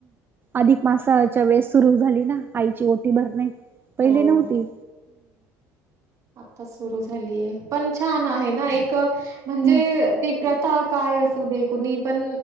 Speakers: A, on the right; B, on the right.
A: अधिक मासाच्या वेस सुरू झाली ना आईची ओटी भर नाही पहिले
B: हो
A: नव्हते
B: आता सुरू झालीय पण छान आहे ना एक म्हणजे
A: हम्म
B: ती प्रथा काय असू दे कुणी पण